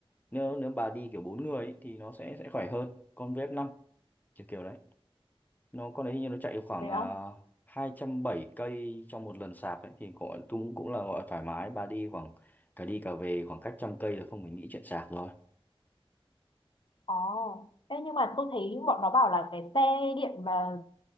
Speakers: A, on the left; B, on the left.
A: nếu nếu bà đi kiểu bốn người ấy, thì nó sẽ sẽ khỏe hơn con vf năm kiểu kiểu nó con đấy hình như nó chạy được khoảng
B: thế á
A: uh, hai trăm bảy cây trong một lần sạc ấy thì gọi cũng cũng là gọi thoải mái bà đi khoảng cả đi cả về khoảng cách trăm cây là không phải nghĩ chuyện sạc rồi
B: Ồ, thế nhưng mà tôi thấy bọn nó bảo là cái xe điện mà